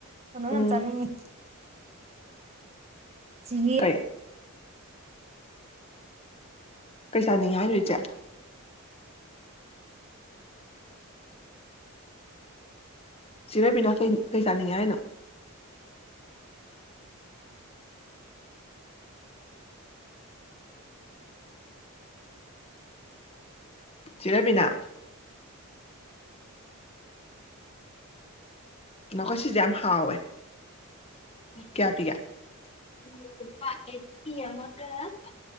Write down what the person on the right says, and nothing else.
ꯀꯩꯅꯣ
ꯌꯥꯝ ꯆꯥꯅꯤꯡꯉꯤ ꯆ